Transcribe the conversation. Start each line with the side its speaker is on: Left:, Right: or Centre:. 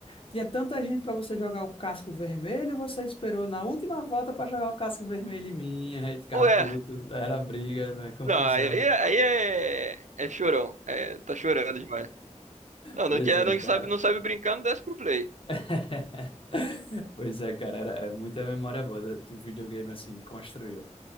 Left: tinha tanta gente pra você jogar o casco vermelho, você esperou na última volta pra jogar o casco vermelho em mim, <laughs> aí ficava
Right: Ué,
Left: puto, era briga, velho, confusão.
Right: não, aí, aí é. É chorão. É, tá chorando demais. Não,
Left: Pois
Right: não quer,
Left: é,
Right: não
Left: cara.
Right: sabe, não sabe brincar, não desce pro play.
Left: <laughs> Pois é, cara, era, é muita memória boa do do videogame assim, construiu.